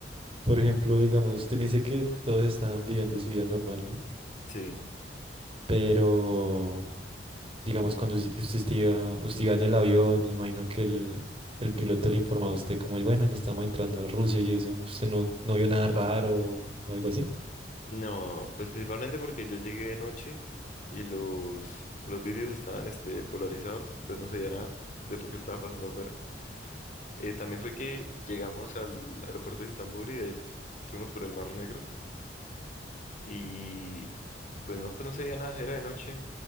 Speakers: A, on the right; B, on the left.
A: Por ejemplo, digamos, usted me dice que todos están viviendo su vida normal, ¿no?
B: sí.
A: Pero Digamos, cuando us- usted esté iba, usted iba en el avión, imagino que el, el piloto le informaba a usted como, bueno, ya estamos entrando a Rusia y eso, usted no, no vio nada raro o algo así.
B: No, pues principalmente porque yo llegué de noche y los, los vidrios estaban este, polarizados, entonces no se veía nada de lo que estaba pasando afuera. Eh, también fue que llegamos al aeropuerto de Estambul y de ahí fuimos por el Mar Negro y, y pues no, pues no se veía nada, era de noche,